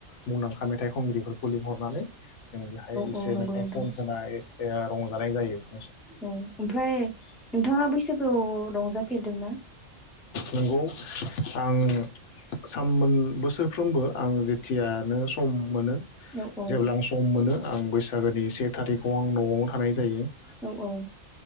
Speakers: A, on the left (about 70°); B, in the centre.
A: मुंदांखा मेथाइ खनगिरिफोरखौ लिंहरनानै जों बेहाय एसे
B: औ नंगौ
A: मेथाइ
B: नोंथां
A: खनहोनाय जोंहा रंजानाय जायो ।
B: औ ओमफ्राय नोंथाङा बैसागुआव रंजाफेरदों ना?
A: नंगौ आं साममोन बोसोरफ्रोबो आं जेथियानो सम मोनो
B: औ औ
A: जेब्ला आं सम मोनो आं बैसागोनि से थारिखआव आं न'आव थानाय जायो ।
B: औ औ